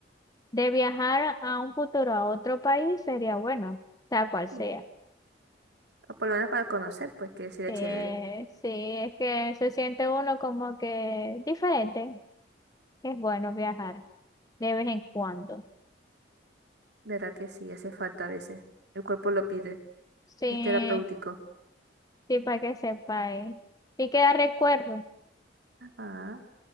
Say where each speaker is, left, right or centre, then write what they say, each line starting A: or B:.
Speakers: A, on the left; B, on the right.
A: de viajar a un futuro a otro país sería bueno, sea cual sea.
B: Sí. O por lo menos para conocer, pues que sería
A: Eh,
B: chévere.
A: sí, es que se siente uno como que diferente. Es bueno viajar de vez en cuando.
B: Verá que sí, hace falta a veces. El cuerpo lo pide.
A: Sí.
B: Es terapéutico.
A: Sí, para que sepáis. Y queda recuerdo.
B: Ah.